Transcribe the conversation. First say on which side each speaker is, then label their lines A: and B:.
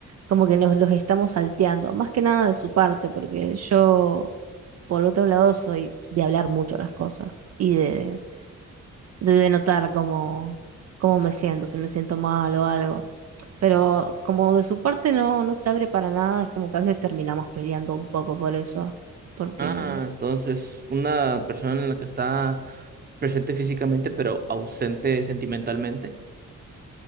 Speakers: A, on the right (about 55°); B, on the right (about 30°).
A: como que los, los estamos salteando, más que nada de su parte, porque yo, por otro lado, soy de hablar mucho las cosas y de, de denotar cómo, cómo me siento, si me siento mal o algo. Pero como de su parte no, no se abre para nada, es como que a veces terminamos peleando un poco por eso, porque
B: Ah, entonces, una persona en la que está presente físicamente, pero ausente sentimentalmente.